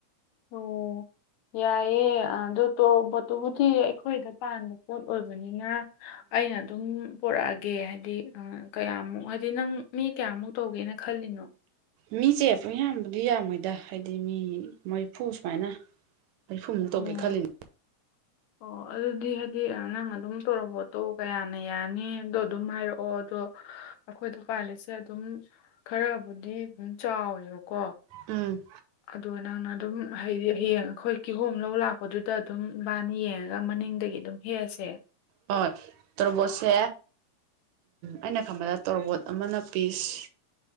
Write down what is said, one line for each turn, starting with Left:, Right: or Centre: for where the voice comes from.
Left: ꯑꯣ ꯌꯥꯏꯌꯦ ꯑꯗꯨꯜ ꯇꯣ ꯄꯣꯠꯇꯨꯕꯨꯗꯤ ꯑꯩꯈꯣꯏꯗ ꯄꯥꯟꯕ ꯄꯣꯠ ꯑꯣꯏꯕꯅꯤꯅ ꯑꯩꯅ ꯑꯗꯨꯝ ꯄꯣꯔꯛꯑꯒꯦ ꯍꯥꯏꯗꯤ ꯀꯌꯥꯃꯨꯛ ꯍꯥꯏꯗꯤ ꯅꯪ ꯃꯤ ꯀꯌꯥꯃꯨꯛ ꯇꯧꯒꯦꯅ ꯈꯜꯂꯤꯅꯣ
Right: ꯃꯤꯁꯦꯄꯌꯥꯝꯕꯨꯗꯤ ꯌꯥꯝꯃꯣꯏꯗ ꯍꯥꯏꯗꯤ ꯃꯤ ꯃꯔꯤꯐꯨ ꯁꯨꯃꯥꯏꯅ ꯃꯔꯤꯐꯨ ꯃꯨꯛ ꯇꯧꯒꯦ
Left: ꯑꯣ
Right: ꯈꯜꯂꯤꯅꯦ
Left: <inaudible> ꯑꯣ ꯑꯗꯨꯗꯤ ꯍꯥꯏꯗꯤ ꯅꯪ ꯑꯗꯨꯝ ꯇꯧꯔ ꯄꯣꯠꯇꯣ ꯀꯌꯥꯅ ꯌꯥꯅꯤ ꯑꯗꯣ ꯑꯗꯨꯝ ꯍꯥꯏꯔꯛꯑꯣ ꯑꯗꯣ ꯑꯩꯈꯣꯏꯗ ꯄꯥꯜꯂꯤꯁꯦ ꯑꯗꯨꯝ ꯈꯔꯕꯨꯗꯤ ꯑꯗꯨꯝ ꯆꯥꯎꯋꯦꯕꯀꯣ
Right: ꯎꯝ
Left: ꯑꯗꯨꯒ ꯅꯪꯅ ꯑꯗꯨꯝ ꯍꯥꯏꯗꯤ ꯍꯌꯦꯡ ꯑꯩꯈꯣꯏ ꯀꯤꯍꯣꯝ ꯂꯧ ꯂꯥꯛꯄꯗꯨꯗ ꯑꯗꯨꯝ ꯏꯕꯥꯅ ꯌꯦꯡꯉꯒ ꯃꯅꯤꯡꯗꯒꯤ ꯑꯗꯨꯝ ꯌꯦꯜꯁꯦ
Right: ꯑ <unintelligible> <inaudible> ꯇꯣꯔꯕꯣꯠꯁꯦ ꯑꯩꯅ ꯈꯟꯕꯗ ꯇꯣꯔꯕꯣꯠ ꯑꯃꯅ ꯄꯤꯁ